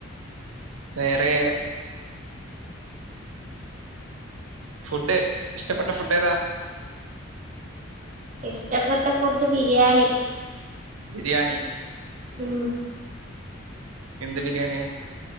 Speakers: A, on the right (about 80°); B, on the right (about 35°).
A: വേറെ ഫുഡ്ഡ് ഇഷ്ടപ്പെട്ട ഫുഡ് ഏതാ
B: ഇഷ്ടപ്പെട്ട ഫുഡ് ബിരിയാണി
A: ബിരിയാണി
B: ഉം
A: എന്ത് ബിരിയാണിയ